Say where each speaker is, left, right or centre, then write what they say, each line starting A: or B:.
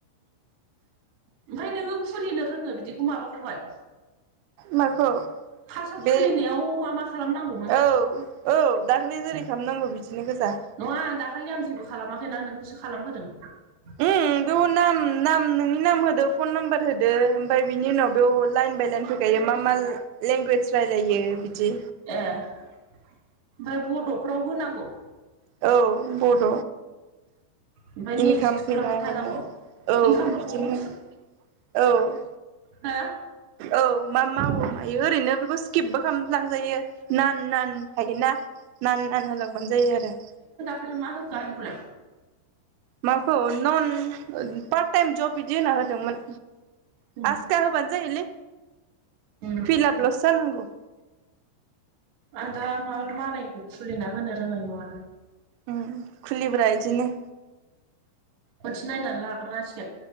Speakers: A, on the right; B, on the right.
A: ओमफ्राय नोङो खुलिनो रोङो बिदि माबाखौहाय
B: माखौ?
A: फार्स्टआव
B: बे
A: खुलिनायाव मा मा खालामनांगौमोन
B: औ औ दा माने जेरै खालामनांगौ बिदिनो गोजा
A: नङा दाखालि आं जेबो खालामाखैना नोंखौसो खालामहोदों। <unintelligible>
B: उम बेयाव नाम नाम नोंनि नाम होदो फन नाम्बार होदो ओमफ्राय बिनि उनाव बेयाव लाइन बाय लाइन फै <unintelligible> मा मा लेंगुवेज रायलायो बिदि
A: ए ओमफ्राय बड'फ्राव होनांगौ?
B: औ बड'
A: ओमफ्राय
B: इनकाम
A: नेक्स्ट थुनलांबाय
B: फैनाय
A: थानांगौ
B: माने औ
A: इनकामफोरखौबो
B: बिदिनो औ।
A: हा
B: औ मा मावो मायो ओरैनो बेखौ स्किपबो खालाम लांजायो नान नान। थायोना नान नान होलांबानो जायो आरो।
A: हेल मा होखो आंखौलाय।
B: माखौ नन पार्ट टाइम जब बिदि होनना होदोंमोन।
A: उम
B: आसखा होबानो जायोलै
A: उम
B: फिलापलसो जानांगौ।
A: आ दा माबा मालायनिखौ खुलिना होनो रोङै नङा ना।
B: उम खुलिब्रा इदिनो।
A: खनसे नायनानै लाग्रोनांसिगोन